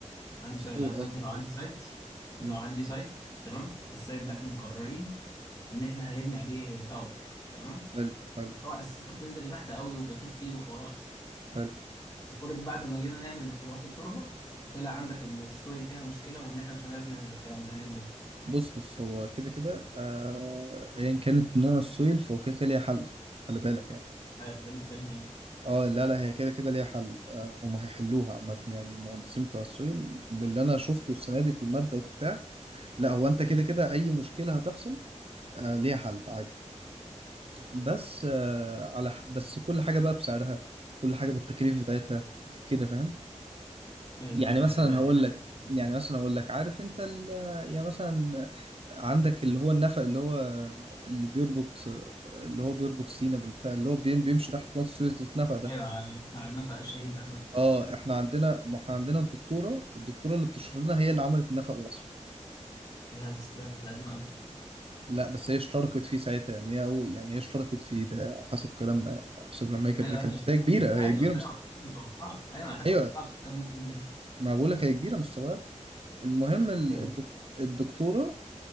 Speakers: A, on the left; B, on the right.
A: عندي
B: السويل
A: سؤال انا
B: قصدي
A: دلوقتي لو
B: مش
A: عندي
B: الستيل
A: سايت لو
B: امم
A: عندي سايت تمام السايت ده
B: مم.
A: احنا مقررين ان احنا هنبني عليه تاور تمام
B: حلو حلو
A: التاور اساسته بتنزل لتحت قوي وبيبقى فيه ستيل وحوارات
B: حلو
A: المفروض بعد ما جينا نعمل اختبارات التربه طلع عندك ان السويل فيها مشكله وان احنا مش هنعرف نعمل الكلام ده هنعمل ايه
B: بص بص هو كده كده آه، ايا كانت نوع السويل فهو كده كده ليها حل خلي بالك يعني
A: ايوه ده اللي بتكلم فيه
B: اه لا لا هي كده كده ليها حل آه هم هيحلوها عامة يعني المهندسين بتوع السويل من اللي انا شفته السنة دي في المادة وبتاع لا هو انت كده كده اي مشكلة هتحصل آه ليها حل عادي بس آه على ح- بس كل حاجة بقى بسعرها كل حاجة بالتكاليف بتاعتها كده فاهم
A: ايوه
B: يعني
A: ف-
B: مثلا
A: إيه، طب
B: هقول
A: <laughs>
B: لك يعني مثلا هقول لك عارف انت ال... يعني مثلا عندك اللي هو النفق اللي هو اللي بيربط اللي هو بيربط سينا بالبتاع اللي هو بيم- بيمشي تحت قناة السويس ده النفق ده
A: ايوه بتاع نفق الشهيد احمد
B: اه
A: مش عارف
B: احنا
A: ايه
B: عندنا ما احنا عندنا الدكتورة الدكتورة اللي بتشرح لنا هي اللي عملت النفق ده اصلا
A: ايه بس ده ده قديم قوي
B: لا بس هي اشتركت فيه ساعتها يعني هي أو يعني هي اشتركت فيه ده على حسب كلامنا يعني على حسب لما هي كانت
A: ايوه
B: بتتكلم
A: ايوه
B: بس هي
A: فاهم
B: كبيرة
A: عادي
B: هي كبيرة
A: ما
B: مش
A: حاجه حاجه متوقعه ايوه حاجه
B: ايوه
A: متوقعه بس كام نقطه يعني
B: ما بقول لك هي كبيرة مش صغيرة المهم ال-
A: ايوه
B: الدك- الدكتورة